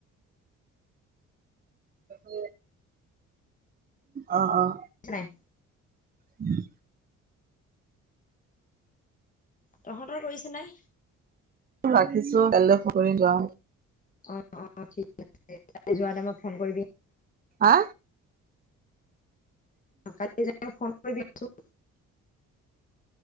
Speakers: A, on the right; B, on the left.
A: উ। অ', অ',।
B: নাই।
A: উম'।
B: তহঁতৰ কৰিছে নাই
A: ৰাখিছো কাইলৈ সকলোৱ যাওঁ।
B: অ', অ', ঠিক আছে যোৱাতে মই ফোন কৰিবি।
A: হা
B: কালি য ফোন কৰি আছো।